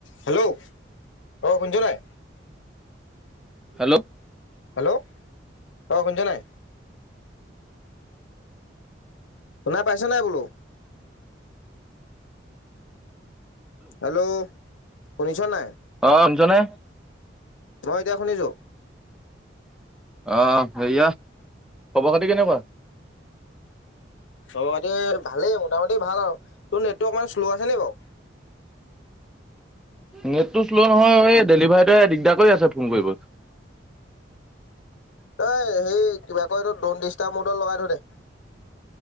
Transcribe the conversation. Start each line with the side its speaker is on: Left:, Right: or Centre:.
Left: Hello অ খুনচ নাই?
Centre: হেল্ল'
Left: হেল্ল' অ শুছে নাই? শুনা পাইছে নাই বোলো? হেল্ল' শুনিছ নাই?
Centre: অজনে?
Left: মই এতিয়া শুনিছো
Centre: আহ, হেয়া খবৰ খাতি কেনেকুৱা?
Left: চ ভালেই মোটামুটি ভাল আৰু তোৰ নেটৱৰ্ অকমান শ্ল' আছেনে বাৰু?
Centre: নেটটো শ্ল' নহয় এই ডেলিভাৰীটোৱে দিগদাৰ কৰি আছে ফোন কৰি
Left: <inaudible> এইঐ সেই কিবা কয় এইটো দন ডিষ্টটাৰ মডত লগাই থো দে